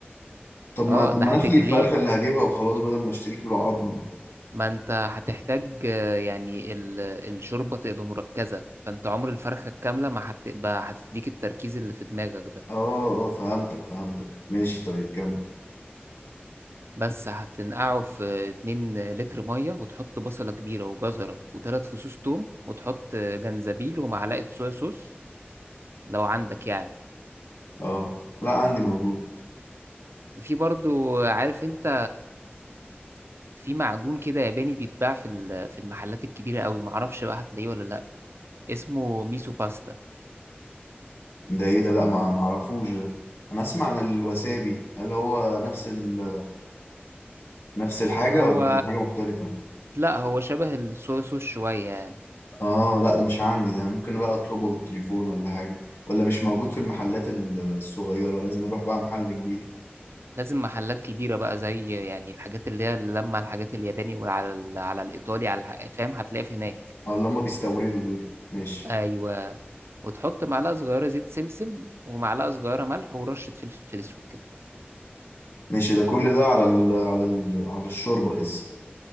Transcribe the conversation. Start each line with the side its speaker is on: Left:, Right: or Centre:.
Left: طب
Right: أه
Left: ما طب
Right: ده
Left: ما
Right: هتغليه
Left: انا اخلي الفرخة اللي هجيبها وخلاص بدل ما اشتري كيلو عظم يعني
Right: ما أنت هتحتاج آه، يعني ال- الشوربة تبقى مركزة فأنت عمر الفرخة الكاملة ما هتبقى هتديك التركيز اللي في دماغك ده
Left: اه اه فهمتك فهمتك ماشي طيب كمل
Right: بس هتنقعه في 2 لتر مية وتحط بصلة كبيرة وجزرة وثلاث فصوص توم وتحط جنزبيل ومعلقة صويا صوص لو عندك يعني
Left: اه لا عندي موجود
Right: وفي برضو عارف انت في معجون كده ياباني بيتباع في ال- في المحلات الكبيرة قوي معرفش بقى هتلاقيه ولا لا اسمه ميسو باستا
Left: ده ايه ده لا ما ما اعرفوش ده انا اسمع عن الوسابي هل هو نفس ال... نفس الحاجة
Right: هو
Left: ولا حاجة مختلفة
Right: لا هو شبه الصويا صوص شوية يعني
Left: اه لا ده مش عندي ده ممكن بقى اطلبه بالتليفون ولا حاجة ولا مش موجود في المحلات ال- الصغيرة لازم اروح بقى محل كبير
Right: لازم محلات كبيرة بقى زي يعني الحاجات اللي هي اللي لما الحاجات الياباني وعلى ال- على الإيطالي على الح- فاهم هتلاقي في هناك
Left: اه اللي هم بيستوردوا دول ماشي
Right: ايوه وتحط معلقة صغيرة زيت سمسم ومعلقة صغيرة ملح ورشة فلفل اسود كده
Left: ماشي ده كل ده على ال على ال على الشوربة لسه